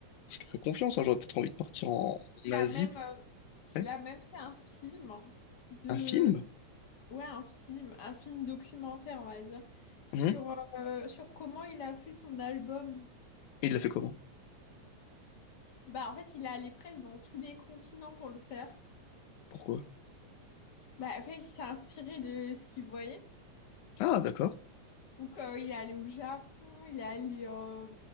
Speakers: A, on the left; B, on the left.
A: je te fais confiance. hein. J'aurais peut-être envie de partir en,
B: Il
A: en Asie.
B: a même, euh,
A: Ouais.
B: il a même fait un film de,
A: Un film?
B: ouais, un film, un film documentaire, on va dire, sur,
A: Mhm.
B: euh, sur comment il a fait son album.
A: Et il l'a fait comment?
B: Bah, en fait, il est allé presque dans tous les continents pour le faire.
A: Pourquoi?
B: Bah, en fait, il s'est inspiré de ce qu'il voyait.
A: Ah, d'accord.
B: Donc, euh, il est allé au Japon, il est allé, euh,